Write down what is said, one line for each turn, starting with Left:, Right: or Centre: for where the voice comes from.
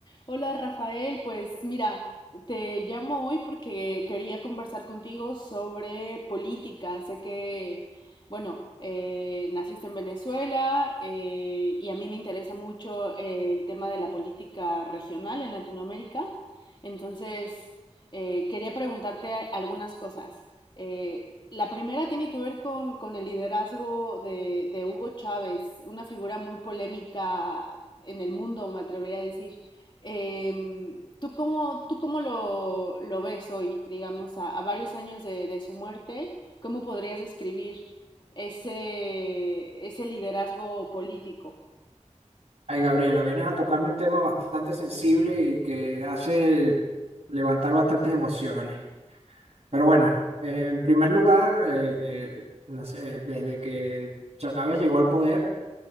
Left: Hola Rafael, pues mira, te llamo hoy porque quería conversar contigo sobre política. Sé que, bueno, eh, naciste en Venezuela eh, y a mí me interesa mucho eh, el tema de la política regional en Latinoamérica. Entonces, eh, quería preguntarte a- algunas cosas. Eh, la primera tiene que ver con, con el liderazgo de de Hugo Chávez, una figura muy polémica en el mundo, me atrevería a decir. Em, ¿tú cómo, tú cómo lo, lo ves hoy, digamos, a, a varios años de, de su muerte? ¿Cómo podrías describir ese, ese liderazgo político?
Right: Ay, Gabriela, vienes a tocarme un tema bastante sensible y que hace levantar bastantes emociones. Pero bueno, eh, en primer lugar, eh, eh, las- eh, desde que Chávez llegó al poder,